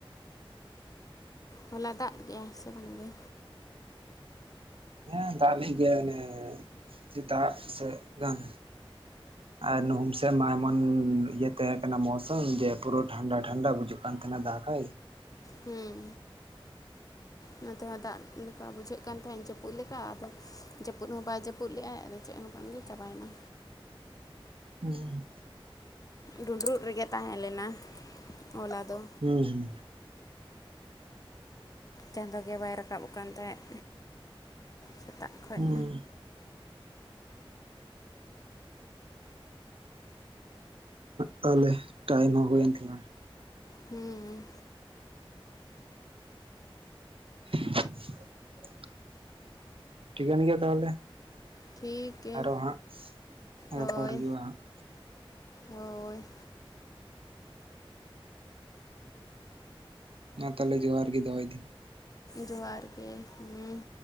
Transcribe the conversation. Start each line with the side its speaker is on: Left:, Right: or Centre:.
Left: ᱦᱚᱞᱟ ᱫᱟᱜ ᱠᱮᱜ ᱟᱭ ᱥᱮ ᱵᱟᱝᱜᱮ?
Right: ᱦᱮᱸ ᱫᱟᱜ ᱞᱮᱜ ᱜᱤᱭᱟᱭ ᱚᱱᱮ ᱥᱮᱛᱟᱜ ᱥᱮ ᱜᱟᱱ ᱟᱨ ᱱᱩᱦᱩᱢ ᱥᱮᱫ ᱢᱟ ᱮᱢᱚᱱ ᱤᱭᱟᱹ ᱛᱟᱦᱮᱸ ᱠᱟᱱᱟ ᱢᱣᱥᱩᱢ ᱡᱮ ᱯᱩᱨᱟᱹ ᱴᱷᱟᱱᱰᱟ ᱴᱷᱟᱱᱰᱟ ᱵᱩᱡᱩᱜ ᱠᱟᱱ ᱛᱟᱦᱮᱱᱟ ᱫᱟ ᱜᱟᱭ
Left: ᱦᱩᱸ ᱚᱱᱟᱛᱮᱦᱚᱸ ᱫᱟᱜ ᱞᱮᱠᱟ ᱵᱩᱡᱷᱟᱹᱜ ᱠᱟᱱ ᱛᱟᱦᱮᱸᱫ ᱡᱟᱹᱯᱩᱫ ᱞᱮᱠᱟ ᱟᱫᱚ ᱡᱟᱹᱯᱩᱫ ᱦᱚᱸ ᱵᱟᱭ ᱡᱟᱹᱯᱩᱫ ᱞᱮᱟᱭ ᱟᱫᱚ ᱪᱮᱫ ᱦᱚᱸ ᱵᱟᱝᱜᱮ ᱪᱟᱵᱟᱭᱮᱱᱟ᱾
Right: ᱦᱮᱸ
Left: ᱰᱩᱸᱰᱨᱩᱜ ᱨᱮᱜᱮ ᱛᱟᱦᱮᱸ ᱞᱮᱱᱟ᱾ ᱦᱚᱞᱟ ᱫᱚ
Right: ᱦᱮᱸ ᱦᱩᱸ
Left: ᱪᱟᱸᱫᱳ ᱜᱮ ᱵᱟᱭ ᱨᱟᱠᱟᱵ ᱟᱠᱟᱱ ᱛᱟᱦᱮᱸᱫ ᱥᱮᱛᱟᱜ ᱠᱷᱚᱱ
Right: ᱦᱩᱸ ᱛᱟᱦᱞᱮ ᱴᱟᱭᱤᱢ ᱦᱚᱸ ᱦᱩᱭ ᱮᱱ ᱛᱟᱞᱟᱝ-ᱟ᱾
Left: ᱦᱮᱸ
Right: <inaudible> ᱴᱷᱤᱠᱟᱹᱱ ᱜᱮᱭᱟ ᱛᱟᱦᱚᱞᱮ
Left: ᱴᱷᱤᱠ ᱜᱮ
Right: ᱟᱨᱚ ᱦᱟᱸᱜ
Left: ᱦᱳᱭ
Right: ᱨᱚᱯᱚᱲ ᱦᱩᱭᱩᱜᱼᱟ ᱦᱟᱸᱜ
Left: ᱦᱳᱭ
Right: ᱢᱟ ᱛᱟᱦᱚᱞᱮ ᱡᱚᱦᱟᱨ ᱜᱮ ᱫᱚᱦᱚᱭᱫᱟᱹᱧ
Left: ᱡᱚᱦᱟᱨ ᱜᱮ ᱦᱮᱸ